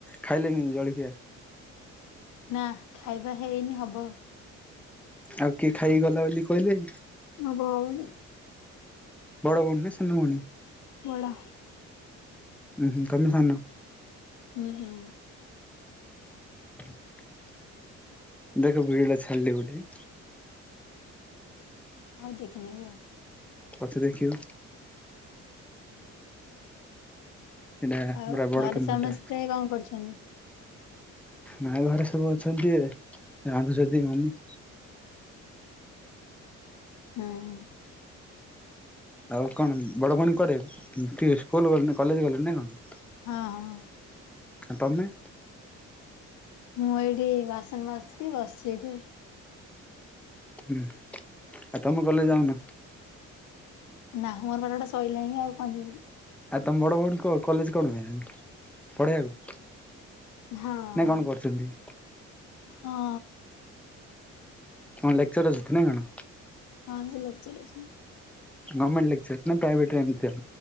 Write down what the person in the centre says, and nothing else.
ଖାଇଲେଣିି ଜଳଖିଆ?
ଆଉ କିଏ ଖାଇକି ଗଲା ବୋଲି କହିଲେ।
ବଡ଼ ଭଉଣୀ ନା ସାନ ଭଉଣୀ?
ଉଁ ହୁଁ ତମେ ସାନ?
<inaudible> ଦେଖ ଭିଡିଓ ଟା ଛାଡିଲି ଗୋଟେ।
ପଛେ ଦେଖିବୁ। ସେଇଟା
ପୁରା ବଡ
କୁମ୍ଭୀରଟା
ମା ଘରେ ସବୁ ଅଛନ୍ତି ରାନ୍ଧୁଛନ୍ତି ମମି।
ଆଉ କଣ ବଡ ଭଉଣୀ କୁଆଡେ ଟିକେ ସ୍କୁଲ ଗଲେ କଲେଜ ଗଲେ ନା କଣ?
ଆ ତମେ?
ହୁଁ ଆ ତମେ କଲେଜ ଯାଉନ?
ଆଉ ତମ ବଡ଼ ଭଉଣୀ କଲେଜ କଣ ହୁତି ପଢ଼େଇବାକୁ?
ନା କଣ କରୁଛନ୍ତି?
କଣ ଲେକ୍ଚର ଅଛନ୍ତି ନା କଣ?
ଗର୍ମେଣ୍ଟ ଲେକଚର ନା ପ୍ରାଇଭଟ ଏମତିଆ।